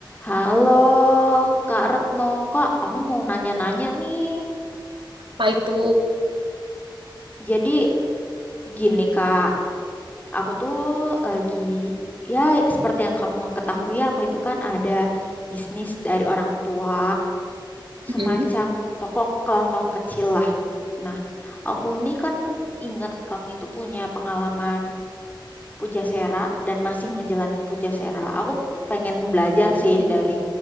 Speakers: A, on the left (about 20°); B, on the right (about 80°).
A: Halo, Kak Retno. Kak, aku mau nanya-nanya nih.
B: Apa itu?
A: Jadi gini, Kak. Aku tuh lagi, ya seperti yang kamu ketahui, aku itu kan ada bisnis dari orang tua, semacam
B: Hmm.
A: toko kelontong kecil lah. Nah, aku nih kan ingat kamu itu punya pengalaman Pujasera dan masih ngejalanin Pujasera. Aku pengen belajar sih dari